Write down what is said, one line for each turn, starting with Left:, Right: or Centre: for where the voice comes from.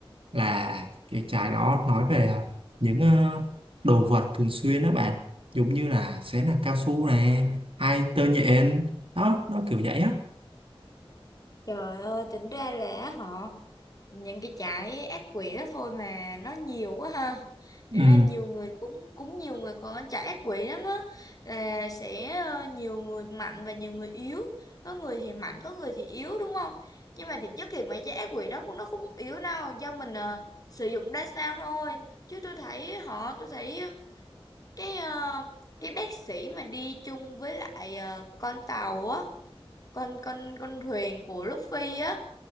Right: là cái trái đó nói về ờ, những ờ, đồ vật thường xuyên đó bạn giống như là sẽ là cao su này hay tơ nhện đó nó kiểu vậy á
Left: Trời ơi, tính ra là họ những cái trái ác quỷ đó thôi mà nó nhiều quá ha.
Right: ừ,
Left: Thế ra nhiều người cũng cũng nhiều người còn trái ác quỷ lắm á là sẽ ờ, nhiều người mạnh và nhiều người yếu. Có người thì mạnh, có người thì yếu đúng không? Nhưng mà thì chất thì mấy trái ác quỷ đó cũng nó không yếu đâu, do mình ờ, sử dụng ra sao thôi. Chứ tôi thấy họ tôi thấy cái ờ, cái bác sĩ mà đi chung với lại ờ, con tàu á con con con thuyền của Luffy á